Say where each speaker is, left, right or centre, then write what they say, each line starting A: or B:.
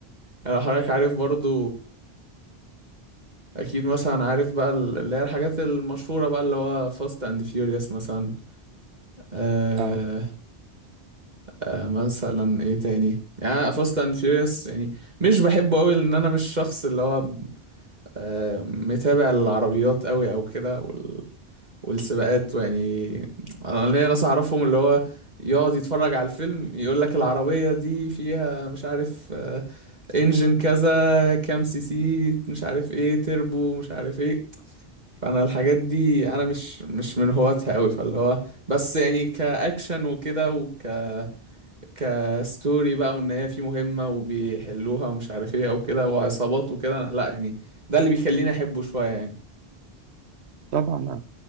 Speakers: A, on the right; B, on the right.
A: يعني لو حضرتك عارف برضو اكيد مثلا عارف بقى اللي هي الحاجات المشهورة بقى اللي هو فاست اند فيوريوس مثلا آه
B: اه
A: آه مثلا ايه تاني يعني فاست اند فيوريوس يعني مش بحبه قوي لان انا مش شخص اللي هو آه متابع العربيات قوي او كده وال... والسباقات ويعني انا ليا ناس اعرفهم اللي هو يقعد يتفرج على الفيلم يقول لك العربية دي فيها مش عارف آه انجن كذا كام سي سي مش عارف ايه تربو مش عارف ايه فانا الحاجات دي انا مش مش من هواتها قوي فاللي هو بس يعني كاكشن وكده وك كستوري بقى وان هي في مهمة وبيحلوها ومش عارف ايه او كده وعصابات وكده لا يعني ده اللي بيخليني احبه شوية يعني
B: طبعا اه